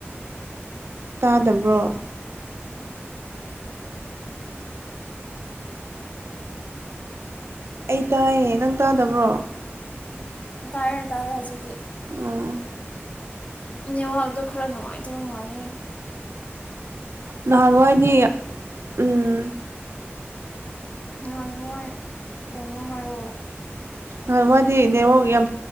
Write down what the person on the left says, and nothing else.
ꯇꯥꯔꯦ ꯇꯥꯔꯦ ꯍꯧꯖꯤꯛꯗꯤ
ꯅꯉꯗꯣ ꯈꯔ ꯅꯨꯡꯉꯥꯏꯇꯕ ꯃꯥꯜꯂꯦ
ꯉꯍꯥꯟ ꯉꯥꯏ ꯀꯩꯅꯣ ꯍꯥꯏꯔꯛꯑꯣ